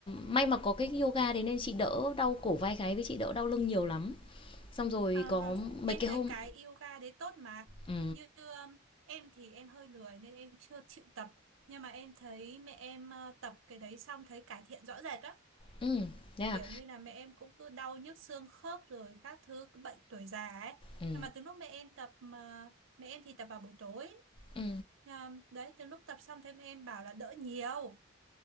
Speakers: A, on the left; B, on the right.
A: may mà có cái yoga đấy nên chị đỡ đau cổ vai gáy với chị đỡ đau lưng nhiều lắm xong rồi
B: À,
A: có
B: vâng,
A: mấy
B: em
A: cái
B: thấy
A: hôm
B: cái yoga đấy tốt mà.
A: ừ
B: Như um, em thì em hơi lười nên em chưa chịu tập. Nhưng mà em thấy mẹ em ờ, tập cái đấy xong thấy cải thiện rõ rệt á.
A: ừ thế à
B: Kiểu như là mẹ em cũng cứ đau nhức xương khớp rồi các thứ cái bệnh tuổi già ấy.
A: ừ
B: Nhưng mà từ lúc mẹ em tập mà mẹ em thì tập vào buổi tối.
A: ừ
B: À, đấy, từ lúc tập xong thấy mẹ em bảo là đỡ nhiều.